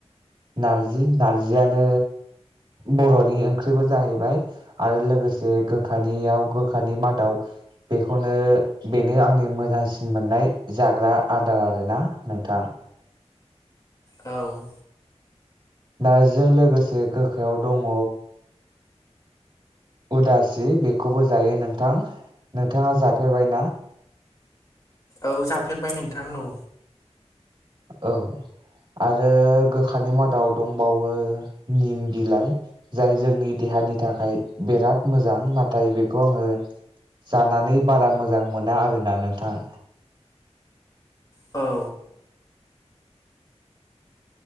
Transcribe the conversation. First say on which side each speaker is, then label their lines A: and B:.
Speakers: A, on the right; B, on the left.
A: नारजि नारजियानो बर'नि ओंख्रिबो जाहैबाय आरो लोगोसे गोखानियाव गोखानि मादाव बेखौनो बेनो आंनि मोजांसिन मोननाय जाग्रा आदार आरोना नोंथां
B: औ
A: नार्जिजों लोगोसे गोखायाव दङ उदासि बेखौबो जायो नोंथां नोंथाङा जाफेरबायना
B: औ जाफेरबाय नोंथां औ
A: औ आरो गोखानि मादाव दंबावो निम बिलाइ जाय जोंनि देहानि थाखाय बिराद मोजां नाथाय बेखौ आङो जानानै बारा मोजां मोना आरोना नोंथां
B: औ